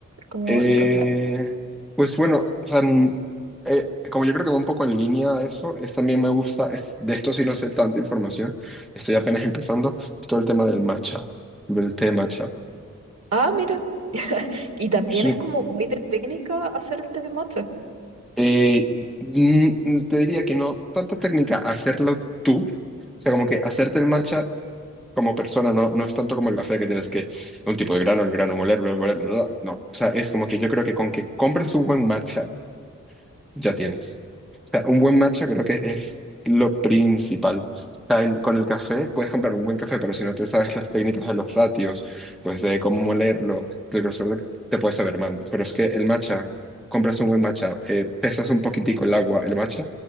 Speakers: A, on the right; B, in the centre.
A: Como
B: Eh,
A: el café.
B: pues bueno, o sea, n- eh, como yo creo que va un poco en línea a eso, es, también me gusta, es- de esto sí no sé tanta información, estoy apenas empezando, todo el tema del matcha, del té matcha.
A: Ah, mira. <laughs> Y también
B: Sí.
A: es como muy de técnica hacer el té de matcha.
B: Eh, mm, mm, te diría que no, tanta técnica, hacerlo tú, o sea, como que hacerte el matcha como persona, no, no es tanto como el café que tienes que, un tipo de grano, el grano, moler, bla, bla, bla, bla, no, o sea, es como que yo creo que con que compres un buen matcha, ya tienes. O sea, un buen matcha creo que es lo principal. O sea, en- con el café puedes comprar un buen café, pero si no te sabes las técnicas de los ratios, pues de cómo molerlo, del grosor, de- te puedes saber mal. Pero es que el matcha, compras un buen matcha, eh, pesas un poquitico el agua, el matcha,